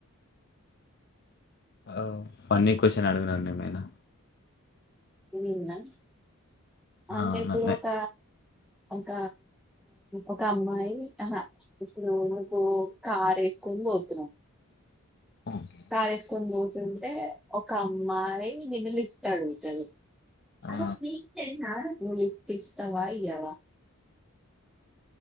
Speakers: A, on the left; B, in the centre.
A: హా ఫన్నీ క్వశ్చన్ అడుగు నన్ను ఏమైనా
B: నిన్నా అంటే
A: ఆ
B: ఇప్పుడు
A: నన్నే
B: ఒక ఒక ఒక అమ్మాయి ఆహా ఇప్పుడు నువ్వు కార్ వేసుకొని పోతున్నవ్
A: ఓకే
B: కార్ ఎసుకొని పోతుంటే ఒక అమ్మాయి నిన్ను లిఫ్ట్ అడుగుతది అది
A: ఆ
B: ఒక వీక్ టెన్న నువ్వు లిఫ్ట్ ఇస్తావా ఇయ్యవా